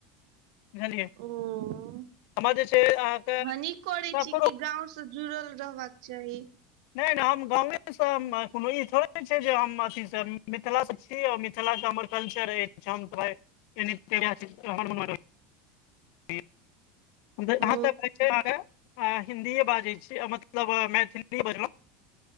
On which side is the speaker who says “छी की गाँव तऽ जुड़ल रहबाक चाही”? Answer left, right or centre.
Right